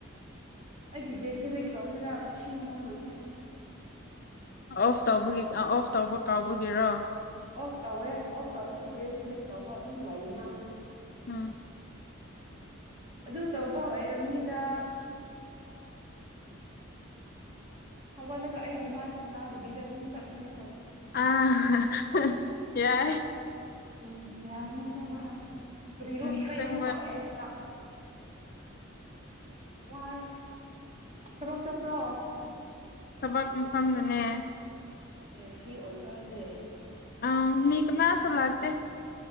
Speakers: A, on the right; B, on the left.
A: ꯑꯩꯒꯤ ꯒꯦꯁꯁꯦ ꯂꯩꯛ ꯇꯧꯒꯦꯔꯥ ꯁꯤ ꯃꯅꯝ ꯅꯝ
B: ꯑꯣꯐ ꯇꯧꯕꯒꯤ ꯑ ꯑꯣꯐ ꯇꯧꯕ ꯀꯥꯎꯕꯒꯤꯔꯣ
A: ꯑꯣꯐ ꯇꯧꯋꯦ ꯑꯣꯐ ꯇꯧꯔꯁꯨ ꯒꯦꯁ ꯂꯤꯛ ꯇꯧꯕ ꯑꯗꯨꯝ ꯂꯩꯅ
B: ꯑꯝ
A: ꯑꯗꯨ ꯇꯧꯕ ꯑꯣꯏꯔꯝꯅꯤꯗ ꯍꯧꯒꯠꯂꯒ ꯑꯩꯒꯤ ꯃꯥꯏ ꯐꯥꯎ ꯇꯥꯗꯕꯤꯗ ꯑꯗꯨꯝ ꯆꯠꯄꯅꯤ
B: ꯑ ꯍꯍ ꯌꯥꯏ
A: ꯎꯝ ꯌꯥꯕꯅꯦ ꯁꯦꯡꯕ ꯍꯥꯏꯕꯗꯤ ꯀ꯭ꯔꯤꯔꯣ
B: ꯎꯝ
A: ꯏꯁꯩ
B: ꯑꯁꯦꯡꯕ
A: ꯑꯃꯨꯛ ꯂꯥꯛꯑꯦ ꯑꯩꯒꯤꯗ ꯋꯥꯌꯦ ꯊꯕꯛ ꯆꯠꯄ꯭ꯔꯣ
B: ꯊꯕꯛ ꯃꯐꯝꯗꯅꯦ
A: ꯑꯦ ꯐ꯭ꯔꯤ ꯑꯣꯏꯕ꯭ꯔꯥ ꯍꯧꯖꯤꯛ
B: ꯑ ꯃꯤ ꯀꯅꯥꯥꯁꯨ ꯂꯥꯛꯇꯦ